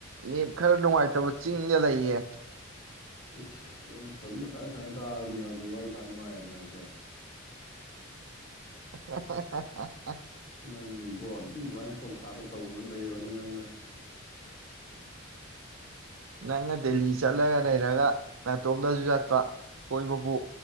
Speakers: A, on the right; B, on the left.
A: ꯅ‌ꯦꯠ ꯈꯔꯥ ꯅꯨꯡꯉꯥꯏꯇꯕ ꯆꯤꯡꯗ ꯂꯩꯌꯦ
B: ꯏꯁ ꯍꯧꯖꯤꯛ ꯉꯁꯥꯏ ꯁꯨꯃꯥꯏꯅ ꯇꯥꯔꯗꯤ ꯍꯧꯖꯤꯛ ꯋꯥꯔꯤ ꯁꯥꯥ ꯅꯨꯡꯉꯥꯏꯔꯦꯗꯅ ꯁꯦ
A: <unintelligible>
B: ꯅꯪꯅ ꯏꯕ‌ꯣ ꯑꯗꯨꯝ ꯑꯗꯨꯃꯥꯏꯅ ꯊ‌ꯣꯛ ꯊꯥꯛꯅ ꯇꯧꯗꯨꯅ ꯂꯩꯔꯣꯅꯦ ꯅꯪꯅ
A: ꯅꯪꯅ ꯗꯦꯜꯍꯤ ꯆꯠꯂꯒ ꯂꯩꯔꯒ ꯅꯥꯇꯣꯝꯗꯁꯨ ꯆꯠꯄ ꯀꯣꯏꯕꯕꯨ